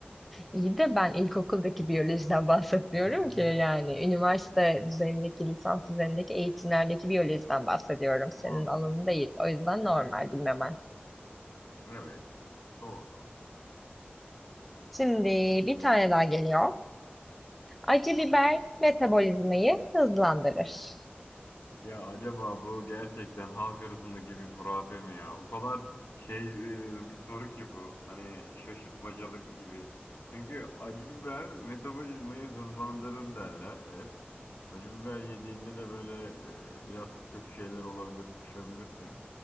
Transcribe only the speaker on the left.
<laughs>
Bunu anlat.
Evet doğru.
Ya acaba bu gerçekten halk arasındaki bir hurafe mi ya? O kadar şey e, bir soru ki bu. Hani şaşırtmacalık gibi. Çünkü acı biber metabolizmayı hızlandırır derler hep. Acı biber yediğinde de böyle e, biraz kötü şeyler olabilir, sıkışabilirsin.